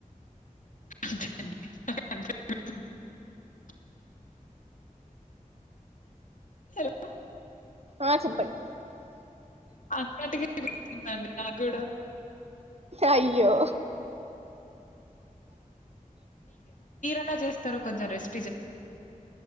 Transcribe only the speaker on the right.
ఆ చెప్పండి
అయ్యో